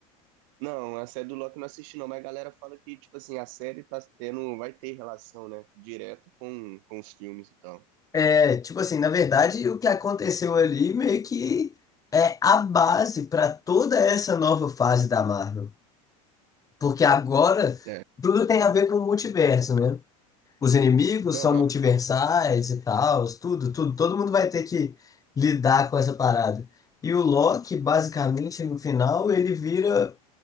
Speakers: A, on the right; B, on the left.
A: Não, a série do Loki eu não assisti não, mas a galera fala que, tipo assim, a série tá tendo, vai ter relação, né, direto com, com os filmes e tal.
B: É, tipo assim, na verdade, o que aconteceu ali meio que é a base para toda essa nova fase da Marvel. Porque agora
A: É.
B: tudo tem a ver com o multiverso, né? os inimigos
A: Aham,
B: são multiversais e tal, tudo, tudo. Todo mundo vai ter que lidar com essa parada. E o Loki, basicamente, no final, ele vira,